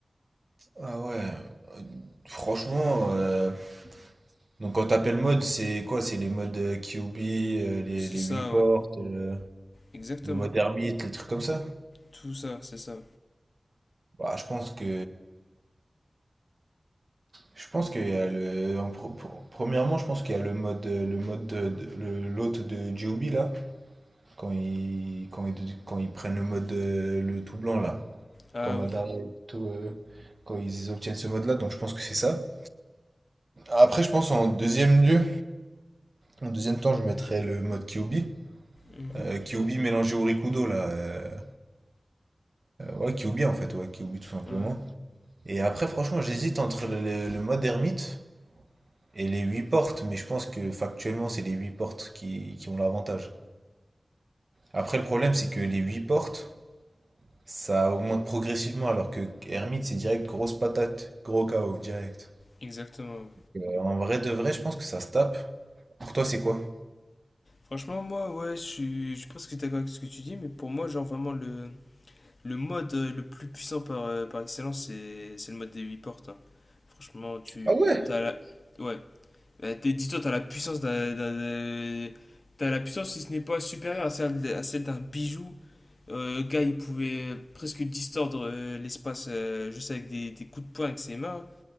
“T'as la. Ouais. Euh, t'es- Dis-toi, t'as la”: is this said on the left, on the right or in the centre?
Left